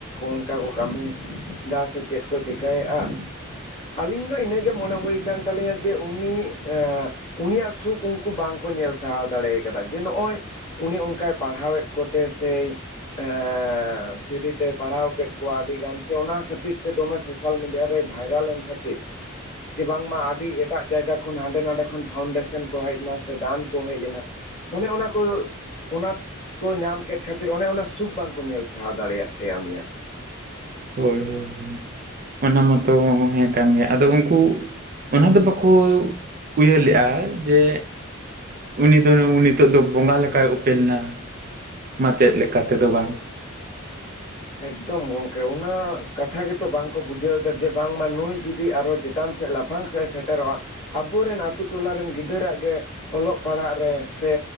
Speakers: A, on the left; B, on the right.
A: ᱚᱱᱠᱟ ᱠᱚ ᱠᱟᱹᱢᱤᱭᱮᱫᱟ ᱥᱮ ᱪᱮᱫ ᱠᱚ ᱪᱤᱠᱟᱹᱭᱮᱫ-ᱟ ᱟᱹᱞᱤᱧ ᱫᱚ ᱤᱱᱟᱹᱜᱮ ᱢᱚᱱᱮ ᱦᱩᱭ ᱠᱟᱱ ᱛᱟᱹᱞᱤᱧᱟ ᱡᱮ ᱩᱱᱤ ᱩᱱᱤᱭᱟᱜ ᱥᱩᱠ ᱩᱱᱠᱩ ᱵᱟᱝ ᱠᱚ ᱧᱮᱞ ᱥᱟᱦᱟᱣ ᱫᱟᱲᱮ ᱠᱟᱫᱟ ᱡᱮ ᱱᱚᱜ-ᱚᱭ ᱩᱱᱤ ᱚᱱᱠᱟᱭ ᱯᱟᱲᱦᱟᱣᱮᱫ ᱠᱚᱛᱮ ᱥᱮ ᱦᱮᱻ ᱯᱷᱤᱨᱤ ᱛᱮᱭ ᱯᱟᱲᱦᱟᱣ ᱠᱮᱫ ᱠᱚᱣᱟ ᱟᱹᱰᱤ ᱜᱟᱱ ᱥᱮ ᱚᱱᱟ ᱠᱷᱟᱹᱛᱤᱨ ᱛᱮ ᱫᱚᱢᱮ ᱥᱳᱥᱟᱞ ᱢᱤᱰᱤᱭᱟ ᱨᱮ ᱵᱷᱟᱭᱨᱟᱞ ᱮᱱ ᱠᱷᱟᱹᱛᱤᱨ ᱡᱮ ᱵᱟᱝ ᱢᱟ ᱟᱹᱰᱤ ᱮᱴᱟᱜ ᱡᱟᱭᱜᱟ ᱠᱷᱚᱱ ᱦᱟᱸᱰᱮ ᱱᱟᱰᱮ ᱠᱷᱚᱱ ᱯᱷᱟᱣᱩᱱᱰᱮᱥᱚᱱ ᱠᱚ ᱦᱮᱡ ᱮᱱᱟ ᱥᱮ ᱫᱟᱱ ᱠᱚ ᱦᱮᱡ ᱮᱱᱟ ᱚᱱᱮ ᱚᱱᱟ ᱠᱚ ᱚᱱᱟ ᱠᱚ ᱧᱟᱢ ᱠᱮᱫ ᱠᱷᱟᱹᱛᱤᱨ ᱚᱱᱮ ᱚᱱᱟ ᱥᱩᱠ ᱵᱟᱝ ᱠᱚ ᱧᱮᱞ ᱥᱟᱦᱟᱣ ᱫᱟᱲᱮᱭᱟᱜ ᱛᱟᱭᱟ ᱩᱱᱤᱭᱟᱜ
B: ᱦᱳᱭ ᱦᱳᱭ ᱚᱱᱟ ᱢᱟᱛᱚ ᱦᱮᱸ ᱠᱟᱱ ᱜᱮᱭᱟ ᱟᱫᱚ ᱩᱱᱠᱩ ᱚᱱᱟ ᱫᱚ ᱵᱟᱠᱚ ᱩᱭᱦᱟᱹᱨ ᱞᱮᱜ-ᱟ ᱡᱮ ᱩᱱᱤ ᱫᱚ ᱱᱤᱛᱚᱜ ᱫᱚ ᱵᱚᱸᱜᱟ ᱞᱮᱠᱟᱭ ᱩᱯᱮᱞ ᱮᱱᱟ ᱢᱟᱪᱮᱫ ᱞᱮᱠᱟ ᱛᱮᱫᱚ ᱵᱟᱝ
A: ᱮᱠᱫᱚᱢ ᱜᱚᱝᱠᱮ ᱩᱱᱟᱹᱜ ᱠᱟᱛᱷᱟ ᱜᱮᱛᱚ ᱵᱟᱝᱠᱚ ᱵᱩᱡᱷᱟᱹᱣ ᱮᱫᱟ ᱡᱮ ᱵᱟᱝᱢᱟ ᱱᱩᱭ ᱡᱩᱫᱤ ᱟᱨᱦᱚ ᱪᱮᱛᱟᱱ ᱥᱮᱫ ᱞᱟᱯᱷᱟᱝ ᱞᱟᱯᱷᱟᱝ ᱥᱮᱫ ᱮ ᱥᱮᱴᱮᱨᱚᱜ-ᱟ ᱟᱵᱚᱨᱮᱱ ᱟᱛᱳ ᱴᱚᱞᱟ ᱨᱮᱱ ᱜᱤᱫᱟᱹᱨᱟᱜ ᱜᱮ ᱚᱞᱚᱜ ᱯᱟᱲᱦᱟᱜ ᱨᱮ ᱥᱮ